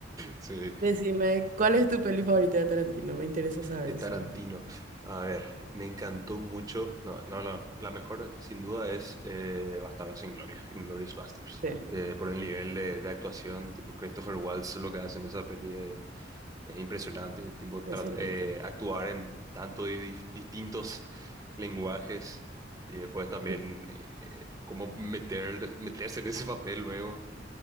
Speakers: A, on the right; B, on the right.
A: <laughs> sí.
B: decime, ¿cuál es tu peli favorita de Tarantino? Me interesa saber
A: de
B: eso.
A: Tarantino. A ver, me encantó mucho. No, no, no. La mejor, sin duda, es eh, Bastardos sin Gloria, Inglourious Basterds.
B: Sí.
A: Eh, por el nivel de, de actuación, tipo Christopher Waltz, lo que hace en esa peli es, es impresionante. Tipo,
B: Impresionante.
A: tra- eh, actuar en tantos distintos lenguajes y después también
B: Y-
A: eh, cómo meter, meterse en ese papel luego.